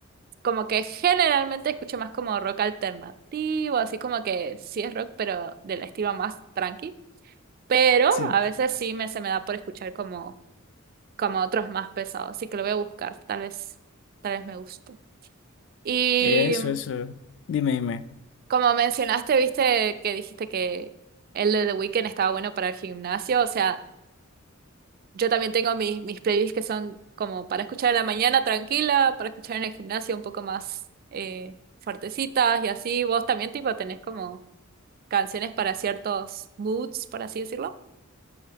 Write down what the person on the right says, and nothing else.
como que generalmente escucho más como rock alternativo, así como que sí es rock, pero del estilo más tranqui. Pero
a veces sí me, se me da por escuchar como, como otros más pesados, así que lo voy a buscar, tal vez, tal vez me guste. Y
Como mencionaste, viste que dijiste que el de The Weeknd estaba bueno para el gimnasio, o sea, yo también tengo mis, mis playlists que son como para escuchar en la mañana tranquila, para escuchar en el gimnasio un poco más eh, fuertecitas y así. ¿Vos también tipo tenés como canciones para ciertos moods, por así decirlo?